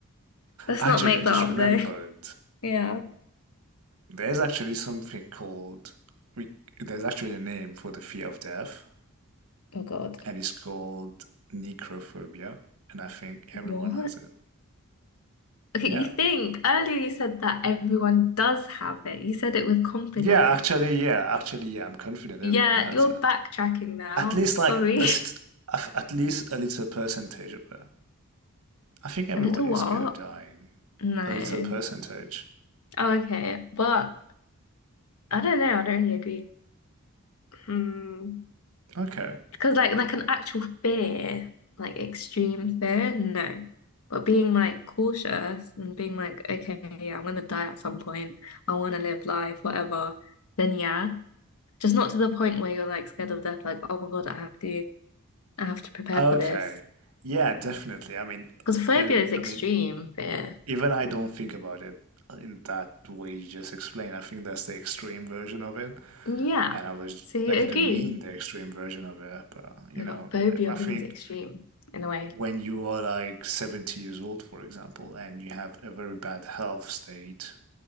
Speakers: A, on the left; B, on the right.
A: let's
B: Actually,
A: not make
B: I just
A: that up
B: remembered
A: though. <laughs> Yeah.
B: There's actually something called, we, there's actually a name for the fear of death,
A: Oh God.
B: and it's called necrophobia. And I think
A: What?
B: everyone has it.
A: Okay,
B: Yeah.
A: you think earlier you said that everyone does have it. You said it with confidence.
B: Yeah, actually, yeah, actually, yeah, I'm confident everyone
A: Yeah,
B: has
A: you're
B: it.
A: backtracking now.
B: At least
A: Sorry.
B: like a, st- af- at least a little percentage of it. I think
A: <laughs>
B: everyone
A: A little
B: is
A: what?
B: scared of dying.
A: No.
B: A little percentage.
A: Oh, okay. But I don't know. I don't really agree. Hmm.
B: Okay.
A: Because like like an actual fear, like extreme fear, no. But being like cautious and being like, okay, yeah, I'm gonna die at some point. I wanna live life, whatever. Then yeah. Just not to the point where you're like scared of death, like, oh my God, I have to I have to prepare
B: Okay.
A: for this.
B: Yeah, definitely. I mean,
A: Because phobia
B: in,
A: is extreme
B: I mean,
A: fear.
B: Even I don't think about it in that way you just explained. I think that's the extreme version of it.
A: Yeah.
B: And I was,
A: So you
B: I didn't
A: agree.
B: mean the extreme version of it, but you
A: No,
B: know,
A: but phobia
B: I think
A: means extreme in a way.
B: when you are like 70 years old, for example, and you have a very bad health state,